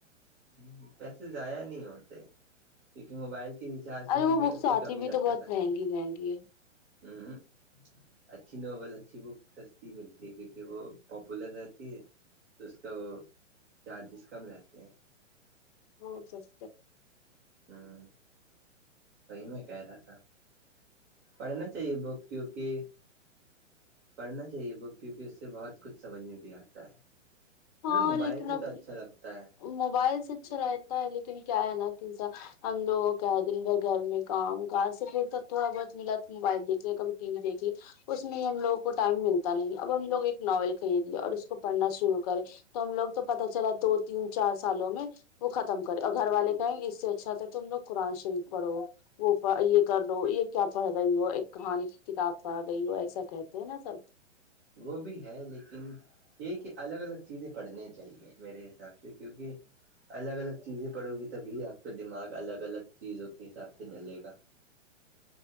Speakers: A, on the right; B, on the left.
A: ہ پیسے ضائع نہیں ہوتے کیونکہ موبائل ریچارج
B: ارے
A: میں
B: وہ
A: بھی
B: بکس
A: اس سے
B: آتی
A: کمی
B: بھی
A: لگتا
B: تو بہت
A: پیسے
B: مہنگی مہنگی ہے
A: ہ اچھی ناول اچھی بک سستی ملتی ہے کیونکہ وہ پاپولر رہتی ہے تو اس کا وہ چارجز کم رہتے ہیں
B: <unintelligible> ہاں سس
A: ہوں توی میں کہہ رہا تھا پڑھنا چاہیے بک کیونکہ پڑھنا یہ بک کیونکہ اس سے بہت کچھ سمجھ میں بھی آتا ہے مطلب
B: ہاں
A: موبائل
B: لیکن
A: سے
B: اب
A: تو اچھا لگتا ہے
B: موبائل سے اچھا رہتا ہے لیکن کیا ہے نا کہ سا ہم لوگ کیا دن بھر گھر میں کام کاار سے پھر تو تھوڑا بہت ملا موبائل دیکھ لے کبھی ٹی وی دیکھیے اس میں ہی ہم لوگوں کو ٹائم ملتا نہیں اب ہم لوگ ایک ناول خریدیے اور اس کو پڑھنا شروع کریں تو ہم لوگ تو پتا چلا دو تین چار سالوں میں وہ ختم کرے اور گھر والے کہیں اس سے اچھا تھا تم لوگ قرآن شریف پڑھو وہ یہ کر لو یہ کیا پڑھ رہی ہو ایک کہانی کتاب پڑھ رہی ہو ایسا کہتے ہیں نا سر
A: وہ بھی ہے لیکن یہ کہ الگ الگ چیزیں پڑھنے چاہیے میرے حساب سے ج کیونکہ <unintelligible> الگ الگ چیزیں پڑو گی تبھی آپ کا دماغ الگ الگ چیزوں کے حساب سے ڈھلے گا